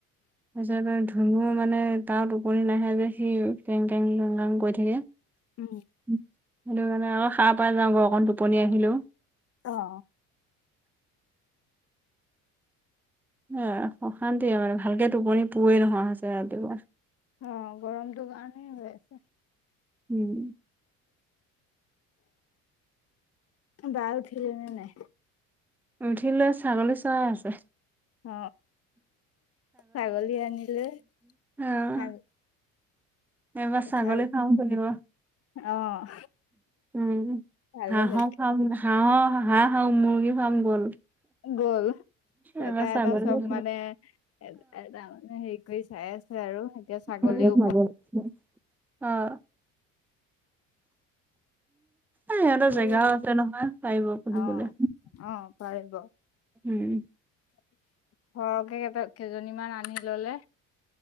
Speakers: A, in the centre; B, on the left (about 35°).
A: আচ কাৰণ মাৰ মানে তাত ওপনি নাহে যে সি টেং, টেং, টেং, কৰি থাকে। সেইটো
B: উম।
A: কাৰণে আকৌ খাৰ পাই যাওঁ ঘৰক টোপনি আহিলোও
B: অ'।
A: অ অশান্তিয়ে মানে, ভালকে টোপনি নোহোৱা হৈছে ৰাতিপুৱা।
B: অ' গৰমটো <inaudible>
A: উম।
B: বাই উঠিল নে নাই?
A: উঠিলৈ ছাগলী চৰাই আছে।
B: অ। ছাগলী আনিলে।
A: অ'
B: ছাগ
A: এইবাৰ ছাগলী
B: ছাগ
A: ফাৰ্ম খুলিব।
B: অ'
A: উম
B: ভালে
A: হাঁহৰ
B: হৈছে
A: ফাৰ্ম হাঁহ হাঁহ আৰু মুৰ্গী ফাৰ্ম গ'ল।
B: গ'ল
A: এইবাৰ
B: এটা
A: ছাগলী
B: এটা চব
A: অ'।
B: মানে এ এটা মানে হেৰি কৰি চাই চাই আছে আৰু। এতিয়া ছাগলীৰ
A: <unintelligible>
B: ওপৰত
A: অ। <unintelligible> সিহঁতৰ
B: উম।
A: জেগাও আছে নহয় পাৰিব খুলিবলে।
B: অ অ পাৰিব
A: উম।
B: সৰহকে কেইটা কেইজনীমান আনি ললে